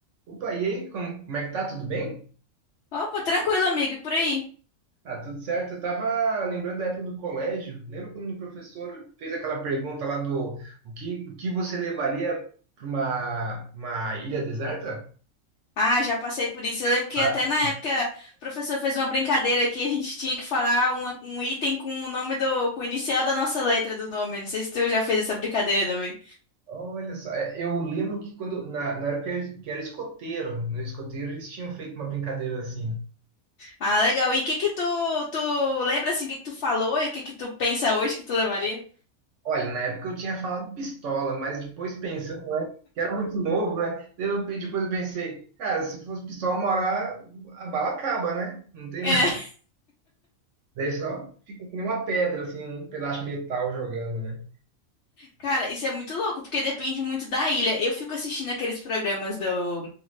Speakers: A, on the right; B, on the left.
A: Opa, e aí, como, como é que tá? Tudo bem?
B: Opa, tranquilo, amigo, e por aí?
A: Ah, tudo certo. Eu tava lembrando da época do colégio. Lembra quando o professor fez aquela pergunta lá do o que, o que você levaria para uma, uma ilha deserta?
B: Ah, já passei por isso. Eu lembro que
A: Ah,
B: até na época o professor fez uma brincadeira que a gente tinha que falar uma- um item com o nome do, com o inicial da nossa letra do nome. Não sei se tu já fez essa brincadeira também.
A: olha só, é, eu lembro que quando na, na época que era escoteiro, no escoteiro eles tinham feito uma brincadeira assim.
B: Ah, legal. E o que que tu, tu lembra assim, o que que tu falou e o que que tu pensa hoje que tu levaria?
A: Olha, na época eu tinha falado pistola, mas depois pensando, né, que era muito novo, né? Eu, depois eu pensei, cara, se fosse pistola, uma hora a bala acaba, né? Não tem
B: É,
A: mais.
B: <laughs>
A: Daí só fica que nem uma pedra, assim, um pedaço de metal jogando, né?
B: cara, isso é muito louco, porque depende muito da ilha. Eu fico assistindo aqueles programas do,